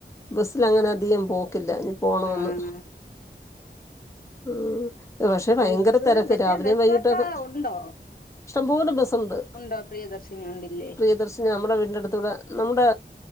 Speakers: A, on the left; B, on the left.
A: ബസ്സിൽ അങ്ങനെ അധികം പോക്കില്ല പോണന്ന്
B: ആഹ്
A: ഉം പക്ഷെ ഭയങ്കര
B: ബസ്
A: തിരക്ക്
B: പക്ഷെ
A: രാവിലെയും
B: ബസ്സൊക്കെ
A: വൈകിട്ടൊക്കെ
B: ഉണ്ടോ
A: ഇഷ്ടംപലും ബസ്സുണ്ട്
B: ഉണ്ടോ പ്രിയദർശിനി ഉണ്ടില്ലേ
A: പ്രിയദർശിനി നമ്മുടെ വീടി അടുത്തൂടെ നമ്മുടെ